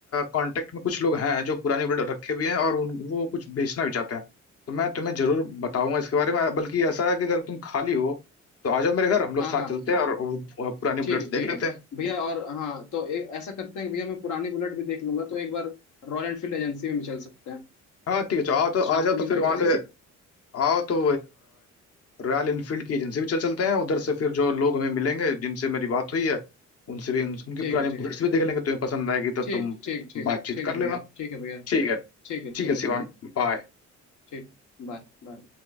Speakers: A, on the left; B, on the left.
A: कांटेक्ट में कुछ लोग हैं जो पुरानी ब्लेड रखे भी हैं और उन, वो कुछ बेचना भी चाहते हैं तो मैं तुम्हें जरूर बताऊंगा इसके बारे में बल्कि ऐसा है कि अगर तुम खाली हो तो आ जाओ मेरे घर हम लोग
B: हाँ
A: साथ
B: हाँ
A: चलते हैं और वो- वो पुरानी बुलेट्स
B: ठीक है
A: देख
B: ठीक
A: लेते
B: है
A: हैं
B: भैया और हाँ तो ए, ऐसा करते हैं कि भैया मैं पुरानी बुलेट भी देख लूंगा तो एक बार रॉयल एनफील्ड एजेंसी में भी चल सकते हैं
A: हाँ ठीक है चलो आओ तो आ
B: शाम
A: जाओ
B: को
A: तो
B: मिल
A: फिर
B: के
A: वहां
B: चलिए
A: से आओ तो रॉयल इनफील्ड की एजेंसी भी चल चलते हैं उधर से फिर जो लोग हमें मिलेंगे जिनसे मेरी बात हुई है उनसे भी उन, उनकी
B: ठीक
A: पुरानी
B: है ठीक
A: बुलेट्स
B: है
A: भी देख लेंगे तुम्हें पसंद आएगी तो
B: ठीक
A: तुम
B: ठीक ठीक
A: बातचीत
B: ठीक है
A: कर
B: भैया
A: लेना
B: ठीक है भैया
A: ठीक है
B: ठीक है ठीक
A: ठीक है
B: है भैया
A: शिवांग बाय
B: ठीक Bye bye